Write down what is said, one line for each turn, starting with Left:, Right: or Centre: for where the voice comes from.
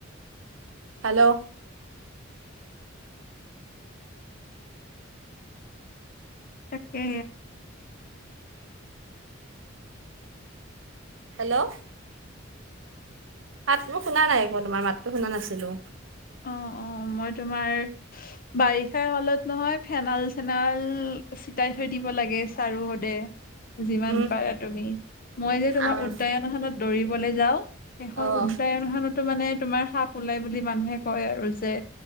Right: হেল্ল'?
Left: তাকে।
Right: হেল্ল'? মাতটো শুনা নাই আকৌ তোমাৰ মাতটো শুনা নাছিলো?
Left: অ অ, মই তোমাৰ ইচ বাৰিষা হলত নহয় ফেনাল - চেনাল ইল চিটাই থৈ দিব লাগে চাৰো সদে। যিমান
Right: উম
Left: পাৰা তুমি, মই যে তোমাৰ
Right: আৰু
Left: উদ্যায়নখনত দৌৰিবলৈ যাওঁ। সেইখন
Right: অ',
Left: উদ্যায়নখনতো মানে তোমাৰ সাপ ওলাই বুলি মানুহে কয় আৰু যে